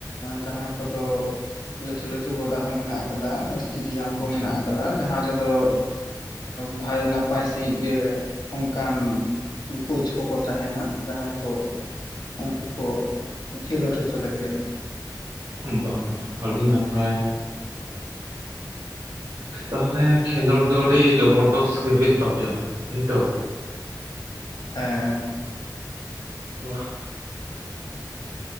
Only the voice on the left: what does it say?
ᱡᱟᱦᱟᱸ ᱠᱚᱫᱚ ᱞᱟᱹᱴᱩ ᱞᱟᱹᱴᱩ ᱜᱚᱰᱟ ᱦᱚᱸ ᱢᱮᱱᱟᱜ ᱟᱠᱟᱫᱟ ᱮᱥᱴᱮᱰᱤᱭᱟᱢ ᱠᱚ
ᱢᱮᱱᱟᱜ ᱟᱠᱟᱫᱟ ᱡᱟᱦᱟᱸ ᱨᱮᱫᱚ ᱵᱷᱟᱭ ᱱᱟᱯᱟᱭ ᱥᱟᱺᱦᱤᱡ ᱜᱮ ᱚᱱᱠᱟᱱ ᱠᱳᱪ ᱠᱚᱠᱚ ᱛᱟᱦᱮᱱᱟ ᱡᱟᱦᱟᱸᱭ ᱠᱚ ᱩᱱᱠᱩ ᱠᱚ ᱠᱷᱮᱞᱳᱰ ᱦᱚᱪᱚ ᱞᱟᱹᱜᱤᱫᱭᱟ
ᱦᱮᱸ